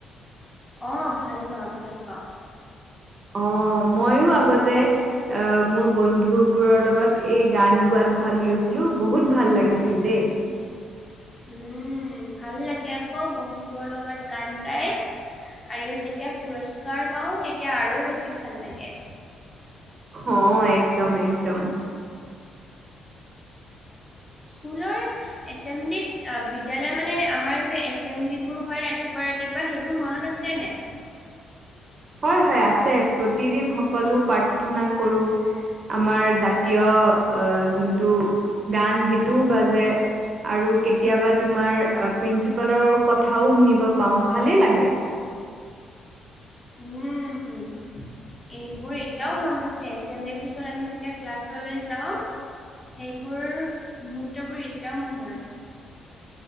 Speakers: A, on the left (about 20°); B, on the right (about 45°).
A: অ' ভাল পাওঁ, ভাল পাওঁ।
B: অ' মইয়ো আগতে অ' মোৰ বন্ধু বোৰৰ লগত এই গান গোৱাত ভাগ লৈছিলো, বহুত ভাল লাগিছিল দেই।
A: উম, ভাল লাগে আক বন্ধুবোৰৰ লগত গান গাই। আৰু যেতিয়া পুৰস্কাৰ পাওঁ তেতিয়া আৰু বেছি ভাল লাগে।
B: অ' একদম, একদম।
A: স্কুলৰ এচেম্বলিত বিদ্যালয় মানে আমাৰ যে এচেম্বলিবোৰ হয় ৰাতিপুৱা ৰাতি পুৱা সেইবোৰ মনত আছেনে?
B: হয় হয় আছে প্ৰতিদিন সকলো প্ৰাৰ্থনা কৰো। আমাৰ জাতীয় অ' যোনটো গান সেইটোও বাজে। আৰু কেতিয়াবা তোমাৰ প্ৰিন্সিপালৰ কথাও শুনিব পাওঁ ভালে লাগে।
A: হুম। এইবোৰ এতিয়াও মনত আছে এচেম্বলিৰ পিছত আমি যেতিয়া ক্লাছলৈ যাওঁ। সেইবোৰ মুহূৰ্তবোৰ এতিয়াও মোৰ মনত আছে।